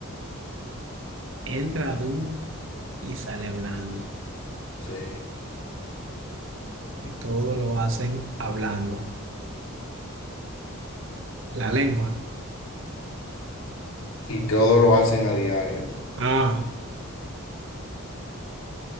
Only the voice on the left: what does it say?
Sí.
Y todo lo hacen a diario.